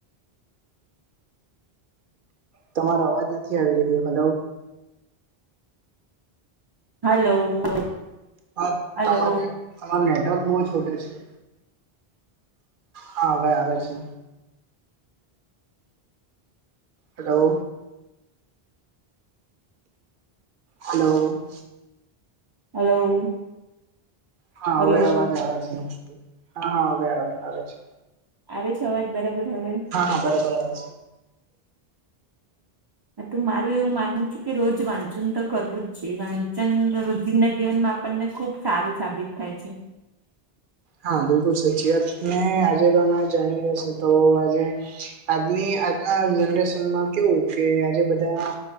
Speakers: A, on the right; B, on the right.
A: તમારો અવાજ નથી આવી રહ્યો હલો
B: હલો.
A: હા
B: હલો
A: તમારે તમાર નેટવર્ક બહુ છોટે છે. હાવેે અ છે હેલો હલો
B: હલો
A: હા
B: હલો
A: હવે અવાજ આવે છે હા હા હવે આવે છે
B: આવે છેવાજ બરાબર હવે
A: હા હા બરોબર આવે
B: હ તો મારું એવું માનવું છું કે રોજ વાંચન તો કરવું જ છે વાંચન જંદ જીવન આપણને ખુબ સારું સાબિત થાય છે
A: હા બિલકુલ સાચી વાત ને આજે તમે જાણી જ્યાશે તો આજે આજની આજના જનરેશનમાં કેવું કે આજે બધા